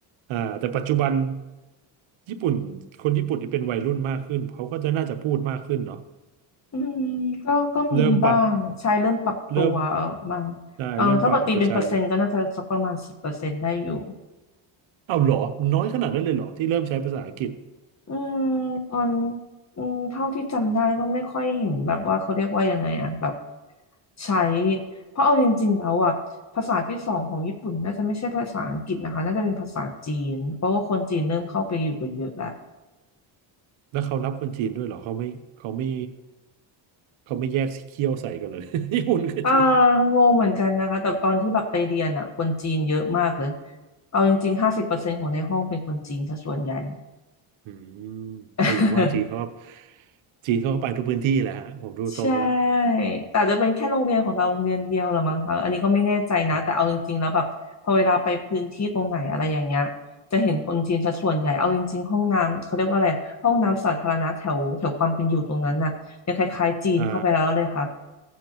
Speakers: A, on the right; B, on the left.
A: อ่าแต่ปัจจุบันญี่ปุ่นคนญี่ปุ่นที่เป็นวัยรุ่นมากขึ้นเขาก็จะน่าจะพูดมากขึ้นเนาะ
B: อืมก็ก็มีบ้างใช่เริ่มปรับตัว
A: เริ่มปรับเริ่ม
B: บ้างเอ่อถ้าบัตรตีเป็นเปอร์เซ็นต์ก็น่าจะสักประมาณสิบเปอร์เซ็นต์ได้อยู่
A: ได้เริ่มปรับเอาไปใช้เอาเหรอน้อยขนาดนั้นเลยเหรอที่เริ่มใช้ภาษาอังกฤษ
B: อืมตอนอืมเท่าที่จำได้ก็ไม่ค่อยเห็นแบบว่าเขาเรียกว่ายังไงอะแบบใช้เพราะเอาจริงๆแล้วอะภาษาที่สองของญี่ปุ่นน่าจะไม่ใช่ภาษาอังกฤษนะคะน่าจะเป็นภาษาจีนเพราะว่าคนจีนเริ่มเข้าไปอยู่กันเยอะแล้ว
A: แล้วเขารับคนจีนด้วยเหรอเขาไม่เขาไม่เขาไม่แยกสีเขี้ยวใส่กันเลย <laughs> ญี่ปุ่นกับจีน
B: อ่างงเหมือนกันนะคะแต่ตอนที่แบบไปเรียนอะคนจีนเยอะมากเลยเอาจริงๆห้าสิบเปอร์เซ็นต์ของในห้องเป็นคนจีนซะส่วนใหญ่
A: อืม
B: <laughs>
A: แต่อย่างว่าจีนเขาก็จีนเขาก็ไปทุกพื้นที่แหละฮะผมดูทรงแล้ว
B: ใช่แต่อาจจะเป็นแค่โรงเรียนของเราโรงเรียนเดียวหรือมั้งคะอันนี้ก็ไม่แน่ใจนะแต่เอาจริงๆแล้วแบบพอเวลาไปพื้นที่ตรงไหนอะไรอย่างเงี้ย
A: อืม
B: จะเห็นคนจีนซะส่วนใหญ่เอาจริงๆห้องน้ำเขาเรียกว่าอะไรห้องน้ำสาธารณะแถวแถวความเป็นอยู่ตรงนั้นน่ะยังคล้ายๆจีนเข้าไปแล้วเลยค่ะ
A: อ่า